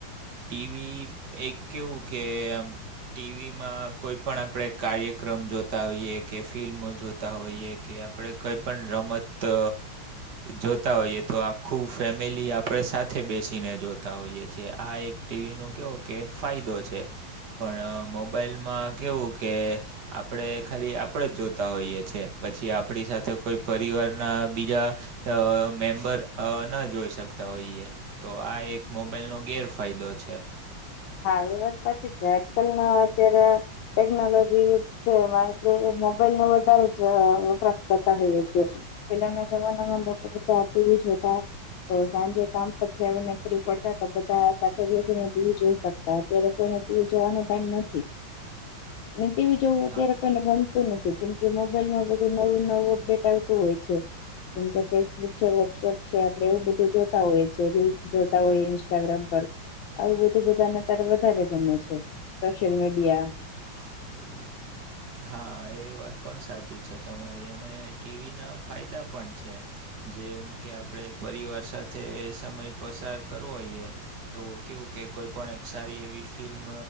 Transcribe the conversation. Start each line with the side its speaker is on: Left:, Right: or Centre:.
Right: ટીવી એક કેવું કે ટીવીમાં કોઈ પણ આપણે કાર્યક્રમ જોતા હોઈએ કે ફિલ્મો જોતા હોઈએ કે આપણે કંઈ પણ રમત જોતા હોઈએ તો આખું ફેમિલી આપણે સાથે બેસીને જોતા હોઈએ છીએ આ એક ટીવી ન કેવો કે ફાયદો છે. પણ મોબાઈલમાં કેવું કે આપણે ખાલી આપણે જોતા હોઈએ છીએ પછી આપણી સાથે કોઈ પરિવાર ના બીજા અ મેમ્બર અ ના જોઈ શકતા હોઈએ તો આ એક મોબાઈલ નો ગેરફાયદો છે.
Left: હા એ વાત વાત છે આજકાલ ના અત્યારે ટેકનોલોજી યુગ છે મારે મોબાઈલ નો વધારે જ વપરાશ કરતા હોય છે. પેલાના જમાનામાં લોકો બધા ટીવી જોતા તો સાંજે કામ પરથી આવીને ડ બધા સાથે ટીવી જોઈ સકતા અત્યારે કોઈ ટાઈમ નથી અને ટીવી જોવું અત્યારે
Right: હા
Left: કોઈને ગમતું નથી. કેમ કે મોબાઈલમાં બધું નવું નવું અપડેટ આવતું હોય છે. જેમકે ફેસબુક છે વોટ્સઅપ છે આપડે એવું બધું જોતા હોઈએ છેએ રીલ્સ જોતા હોઈએ ઇન્સ્ટાગ્રામ પર આવું બધું બધાને તારે વધારે ગમે છે સોશિયલ મીડિયા
Right: <inaudible> હા એ વાત પણ સાચી છે તમારી અને ટીવીના ફાયદા પણ છે. જેમ કે આપણે પરિવાર સાથે સમય પસાર કરવો હોઈએ તો કેવું કે કોઈ પણ એક સારી એવી ફિલ્મ